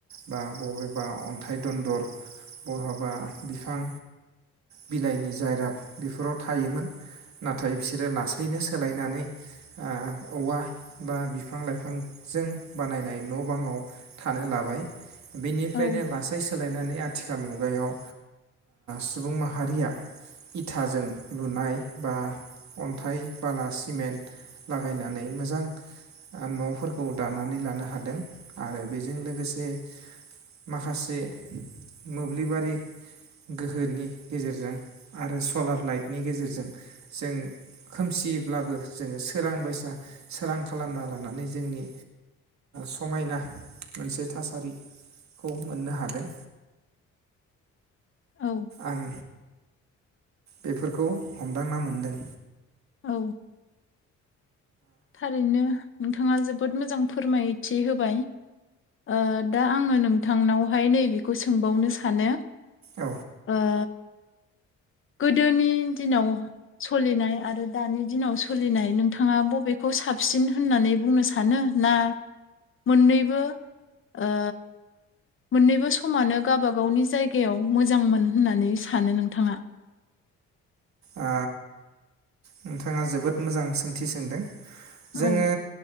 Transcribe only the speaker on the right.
बा बबेबा अन्थाइ दन्दर बहाबा बिफां बिलाइनि जायरा बेफोराव थायोमोन नाथाय बिसोरो लासैनो सोलायनानै ओ औवा बा बिफां लाइफांजों बानायनाय न' बाङाव थानो लाबाय बेनिफ्रायनो
लासै सोलायनानै थिखाल मुगायाव सुबुं माहारिया इथाजों लुनाय बा अन्थाइ बाला सिमेन्ट लागायनानै मोजां न'फोरखौ दानानै लानो हादों आरो बेजों लोगोसे माखासे मोब्लिबारि गोहोनि गेजेरजों आरो सलार लाइटनि गेजेरजों जों खोमसियब्लाबो जोङो सोरां बायसा सोरां खालामना लानानै जोंनि समायना मोनसे थासारिखौ मोननो हादों
आं बेफोरखौ हमदांना मोनदों
औ
ओ नोंथाङा जोबोद मोजां सोंथि सोंदों
जोङो